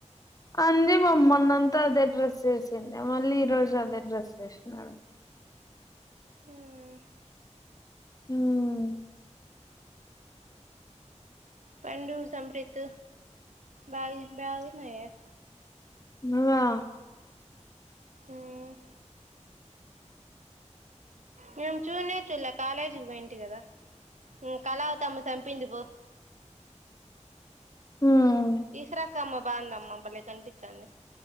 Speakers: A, on the left (about 30°); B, on the right (about 75°).
A: అంజి మామ మొన్నంతా అదే డ్రస్ చేసిండే మళ్ళీ ఈ రోజు అదే డ్రస్ చేసాడు
B: ఊమ్
A: ఊమ్
B: పండు సంప్రీత్ బాగ బాగన్నాయి కదా
A: ఉమ్ ఆ
B: ఊమ్ మేము చూనే చుల కాలేజీకి పోయింటి కదా ఉమ్ కళవతమ్మ చపింది పో
A: ఉమ్
B: తీసర కామ్మ బాగుంద అమ్మా అబ్బలే కనిపించండి